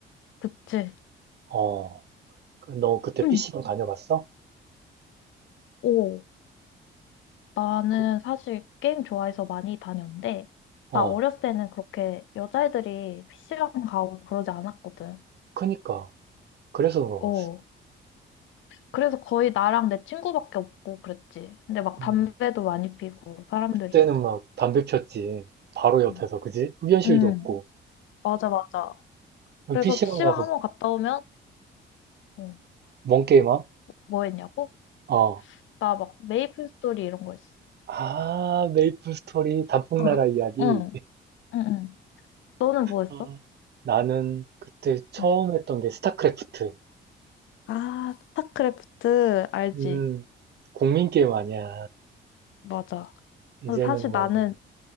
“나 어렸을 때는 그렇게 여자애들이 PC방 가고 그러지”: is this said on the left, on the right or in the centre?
Left